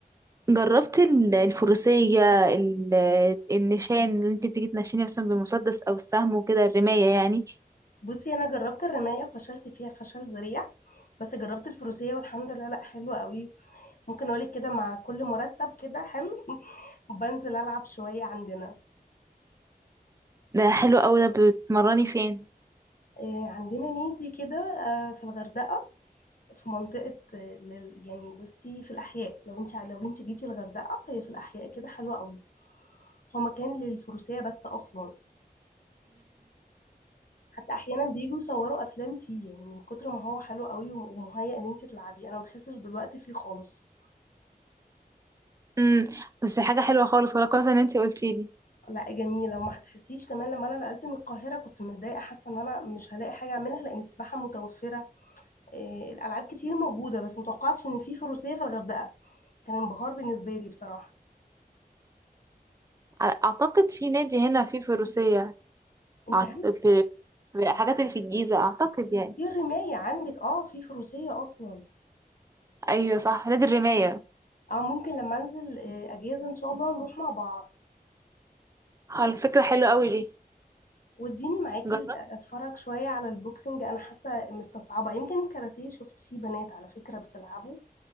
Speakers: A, on the right; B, on the left.
A: جربت ال- الفروسية ال- النشان اللي أنت بتيجي تنشيني مثلا بالمسدس أو السهم وكده الرماية يعني
B: بصي انا جربت الرمايه وفشلت فيها فشل ذريع بس جربت الفروسيه والحمد لله لا حلوه قوي ممكن اقولك كده مع كل مرتب كده حلو <laughs> بنزل العب شويه عندنا
A: ده حلو أوي ده بتمرني فين؟
B: آه، عندنا نيتي كده آه، في الغردقه في منطقه آه، لل- يعني بصي في الاحياء لو انت لو انت جيتي الغردقه هي في الاحياء كده حلوه قوي هو مكان للفروسيه بس اصلا حتى احيانا بيجوا يصوروا افلام فيه يعني من كتر ما هو حلو قوي ومهيئ ان انت تلعبي انا ما بحسش بالوقت فيه خالص
A: امم بس حاجه حلوه خالص ولا كويس ان انت قلتي لي
B: لا جميلة وما هتحسيش كمان لما انا نقلت من القاهرة كنت متضايقة حاسة ان انا مش هلاقي حاجة اعملها لان السباحة متوفرة إيه، الالعاب كتير موجودة بس متوقعتش ان في فروسية في الغردقة كان انبهار بالنسبة لي بصراحة
A: اعتقد في نادي هنا في في الروسيه
B: انت
A: أعت-
B: عندك
A: في في الحاجات اللي في الجيزه اعتقد يعني
B: في الرماية عندك اه في فروسية اصلا
A: ايوه صح نادي الرمايه
B: اه ممكن لما انزل إيه، اجازة ان شاء الله نروح مع بعض
A: اه الفكره حلوه قوي دي
B: واديني معاكي
A: جربت
B: ال- اتفرج شوية على البوكسنج انا حاسة مستصعبة يمكن الكاراتيه شفت فيه بنات على فكرة بتلعبه